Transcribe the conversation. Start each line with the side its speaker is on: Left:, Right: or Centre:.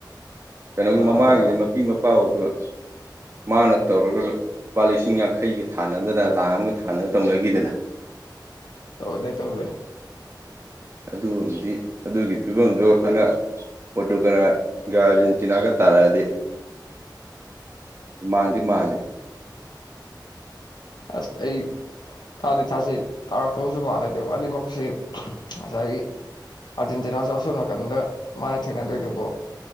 Right: ꯀꯩꯅꯣꯒꯤ
Left: ꯑꯥ
Right: ꯃꯃꯥꯡꯒꯤꯗ
Left: ꯍꯥꯏꯔꯣ ꯍꯥꯏꯔꯣ
Right: ꯃꯄꯤ ꯃ <unintelligible> ꯃꯥꯅ ꯇꯧꯔꯒ ꯂꯨꯄꯥ ꯂꯤꯁꯤꯡ ꯌꯥꯡꯈꯩꯒ ꯊꯥꯅꯗꯅ ꯂꯥꯛ ꯑꯃꯒ ꯊꯥꯅ ꯇꯧꯅꯒꯤꯗꯅ
Left: ꯇꯧꯗꯦ ꯇꯧꯗꯦ
Right: ꯑꯗꯨꯑꯝꯗꯤ ꯑꯗꯨꯒꯤ ꯐꯤꯕꯝꯗꯨ ꯍꯟꯗꯛ ꯄꯔꯣꯇꯨꯒꯅꯒ ꯑ꯭ꯔꯖꯦꯟꯇꯤꯅꯥꯒ ꯇꯥꯔꯛꯑꯗꯤ ꯃꯥꯟꯗꯤ ꯃꯥꯜꯂꯦ
Left: ꯑꯁ ꯑꯩ ꯊꯥꯗꯤ ꯊꯥꯖꯩ ꯇꯥꯔꯛꯇꯧꯕꯁꯨ ꯃꯥꯟꯂꯦꯕ ꯑꯗꯩ ꯑꯅꯤꯃꯛꯁꯦ ꯉꯁꯥꯏꯒꯤ ꯑ꯭ꯔꯖꯦꯟꯇꯤꯅꯥꯁꯨ ꯑꯁꯣꯝꯅꯥꯀꯟꯗ ꯃꯥ ꯊꯦꯡꯅꯗꯣꯏꯗꯨꯕꯣ